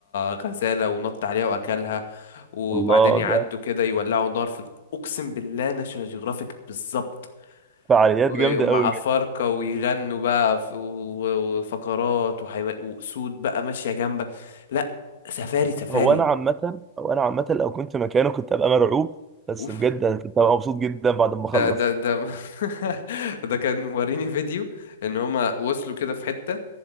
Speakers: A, on the left (about 70°); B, on the right (about 15°).
A: غزالة ونط عليها وأكلها وبعدين
B: الله
A: يعدوا
B: ده
A: كده يولعوا نار في أقسم بالله ناشونال جيوغرافيك بالظبط
B: فعاليات
A: ومع
B: جامده قوي
A: فرقة ويغنوا بقى ف- و- وفقرات وحيوان وأسود بقى ماشية جنبك لا سفاري سفاري
B: هو انا عامه او انا عامه لو كنت مكانه كنت ابقى مرعوب بس
A: أوف
B: بجد كنت ابقى مبسوط جدا بعد ما اخلص
A: ده ده ده <laughs> ده كان موريني فيديو ان هما وصلوا كده في حتة